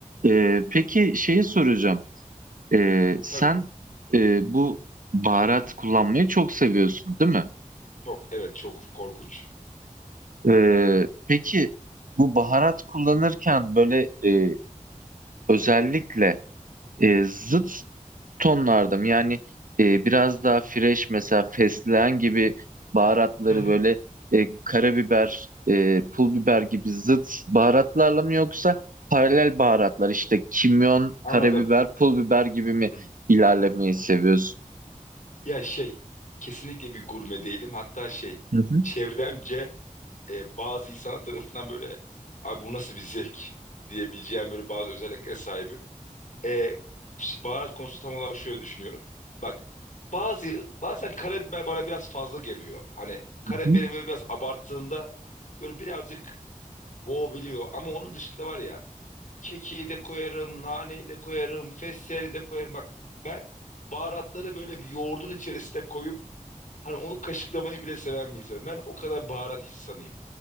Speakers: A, on the right; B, on the left.
A: E, peki şeyi soracağım. E, sen
B: Tabii.
A: e, bu baharat kullanmayı çok seviyorsun, değil mi?
B: Çok evet çok korkunç.
A: Ee, peki bu baharat kullanırken böyle e, özellikle e, zıt tonlarda mı? Yani e, biraz daha fresh mesela fesleğen gibi baharatları
B: Hı hı,
A: böyle e, karabiber, e, pul biber gibi zıt baharatlarla mı yoksa paralel baharatlar işte kimyon,
B: Anladım.
A: karabiber, pul biber gibi mi
B: Hı. hı.
A: ilerlemeyi seviyorsun?
B: Ya şey kesinlikle bir gurme değilim. Hatta şey
A: Hı hı,
B: çevremce e, bazı insanlar tarafından böyle abi bu nasıl bir zevk diyebileceğim böyle bazı özelliklere sahibim. E, şi- baharat konusu tam olarak şöyle düşünüyorum. Bak bazı bazen karabiber bana biraz fazla geliyor. Hani karabiberi
A: hı hı,
B: böyle biraz abarttığında böyle birazcık boğabiliyor. Ama onun dışında var ya kekiği de koyarım, naneyi de koyarım, fesleğeni de koyarım. Bak ben baharatları böyle bir yoğurdun içerisine koyup hani onu kaşıklamayı bile seven bir insanım. Ben o kadar baharat insanıyım.